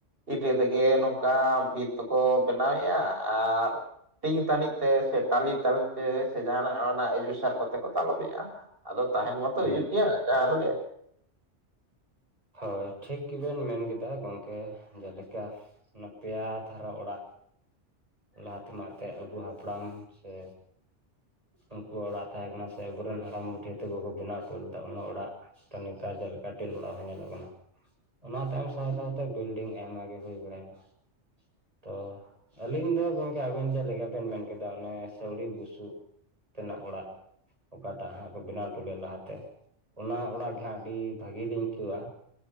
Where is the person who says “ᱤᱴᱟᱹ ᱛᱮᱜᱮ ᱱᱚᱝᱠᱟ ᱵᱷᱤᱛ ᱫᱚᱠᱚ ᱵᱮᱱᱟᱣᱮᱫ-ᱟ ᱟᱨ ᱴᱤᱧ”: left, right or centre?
Right